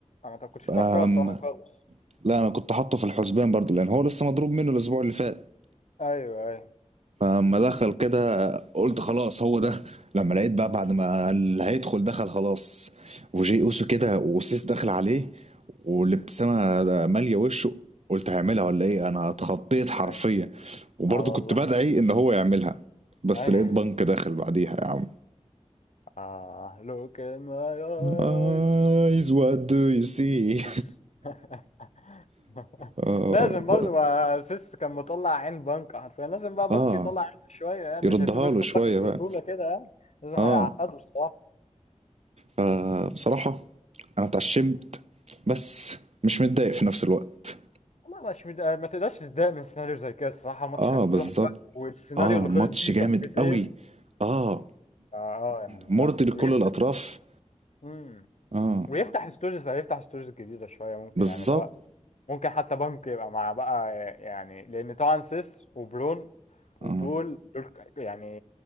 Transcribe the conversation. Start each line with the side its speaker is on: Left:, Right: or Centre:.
Left: انا ما كنتش متوقعه
Right: أم
Left: الصراحه خالص
Right: لا انا كنت حاطه في الحسبان برضو لان هو لسه مضروب منه الاسبوع اللي فات
Left: ايوه ايوه
Right: فلما دخل كده قلت خلاص هو ده لما لقيت بقى بعد ما اللي هيدخل دخل خلاص وجي اوسو كده وسيس دخل عليه والابتسامه ده ماليه وشه قلت هيعملها ولا ايه انا اتخضيت حرفيا
Left: ايوه
Right: وبرضه
Left: اه والله
Right: كنت بدعي ان هو يعملها بس
Left: ايوه
Right: لقيت بنك
Left: <laughs>
Right: داخل بعديها يا عم
Left: اه look in my
Right: eyes
Left: eyes
Right: what do you see
Left: <laughs>
Right: اه,
Left: لازم برضه
Right: ب-
Left: ما سيس كان مطلع عين بنك حرفيا لازم بقى بنك
Right: آه
Left: يطلع عين شويه يعني
Right: يردها
Left: مش هيسيبه يكسب
Right: له شويه
Left: لقب
Right: بقى
Left: بسهوله كده يعني لازم
Right: اه
Left: هيعقده الصراحه
Right: فبصراحة أنا اتعشمت بس مش متضايق في نفس الوقت
Left: والله مش مد... ما تقدرش تتضايق من سيناريو زي كده الصراحه الماتش
Right: اه
Left: كان
Right: بالظبط
Left: تحفه والسيناريو
Right: اه
Left: اللي
Right: ماتش
Left: خلص بيه
Right: جامد
Left: تحفتين
Right: قوي اه
Left: اه آه، يعني
Right: مرضي
Left: لا
Right: لكل
Left: ويفتح
Right: الأطراف
Left: امم
Right: اه
Left: ويفتح ستوريز هيفتح ستوريز جديده شويه ممكن
Right: بالظبط
Left: يعني اللي هو ممكن حتى بنك يبقى مع بقى يعني لان طبعا سيس وبرون وبول
Right: اه
Left: دول يعني